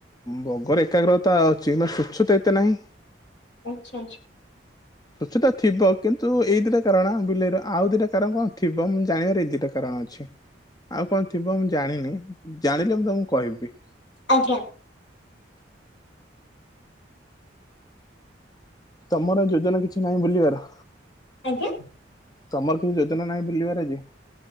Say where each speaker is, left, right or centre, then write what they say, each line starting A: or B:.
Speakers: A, on the left (about 20°); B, on the left (about 75°).
A: ବଗର ଏକାଗ୍ରତା ଅଛି କି ସ୍ୱଚଛୁତା ଏତେ ନାହିଁ।
B: ଆଚ୍ଛା।
A: ସଛ ତ ଥିବ କିନ୍ତୁ ଏଇ ଦିଇଟା କାରଣ ବିଲେଇର ଆଉ ଦିଇଟା କାରଣ କଣ ଥିବ ମୁଁ ଜାଣିବାର ଏଇ ଦିଟା କାରଣ ଅଛି। ଆଉ କଣ ଥିବ ମୁଁ ଜାଣିନି ଜାଣିଲେ ମୁଁ ତମକୁ କହିବି।
B: ଆଜ୍ଞା।
A: ତମର ଯୋଜନା କିଛି ନାହିଁ ବୁଲିବାର?
B: ଆଜ୍ଞା?
A: ତମର କିଛି ଯୋଜନା ନାହିଁ ବୁଲିବାର ଆଜି?